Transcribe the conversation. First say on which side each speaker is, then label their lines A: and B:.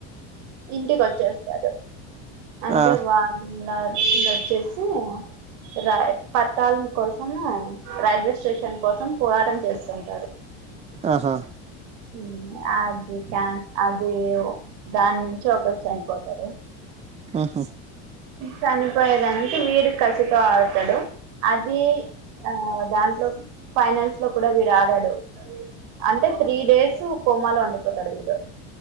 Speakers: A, on the right; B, on the right.
A: ఇంటికి వచ్చేస్తాడు అంటే
B: ఆ
A: <inaudible> వచ్చేసి రై పట్టాల కోసం అని రైల్వే స్టేషన్ కోసం పోరాటం చేస్తాడు
B: ఆహా
A: మ్మ్ అది క్యా అది దాని నుంచి ఒకరు చనిపోతారు
B: ఉహు
A: చనిపోయినప్పుడు వీడు కసితో ఆడుతాడు అది ఆ దాంట్లో ఫైనల్స్ లో కూడా వీడు ఆడడు అంటే త్రీ డేస్ కోమాలో ఉండిపోతాడు వీడు